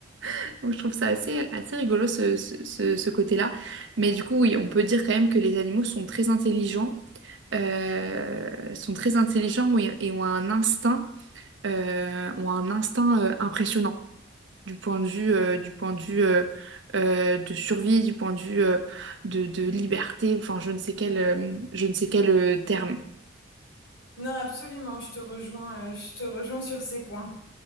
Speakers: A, on the right; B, on the left.
A: <laughs> Donc je trouve ça assez, assez rigolo ce, ce, ce- ce côté-là. Mais du coup, oui, on peut dire quand même que les animaux sont très intelligents, euh, sont très intelligents oui, et ont un instinct, euh, ont un instinct euh, impressionnant du point de vue, euh, du point de vue euh, euh, de survie, du point de vue euh, de, de liberté, enfin je ne sais quel, euh, je ne sais quel euh, terme.
B: Non, absolument, je te rejoins, euh, je te rejoins sur ces points.